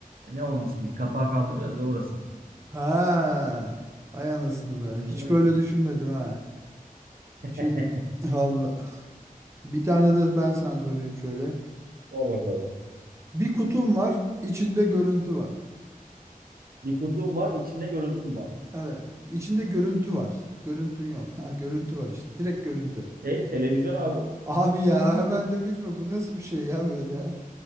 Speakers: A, on the right; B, on the right.
A: ne onun ismi? Kapağı kaldırıyoruz ya orası.
B: Ha. Ay anasını be.
A: Aynen
B: Hiç
A: öyle.
B: böyle düşünmedim ha.
A: <laughs>
B: Şimdi <laughs> valla. Bir tane de ben sana sorayım şöyle.
A: Sor bakalım.
B: Bir kutum var. içinde görüntü var.
A: Bir kutum var, içinde görüntüm var.
B: Evet. içinde görüntü var. Görüntün yok. <laughs> Ha, Görüntü var işte. Direkt görüntü.
A: Şey, televizyon abi.
B: Abi ya hemen de bilme. Bu nasıl bir şey ya böyle?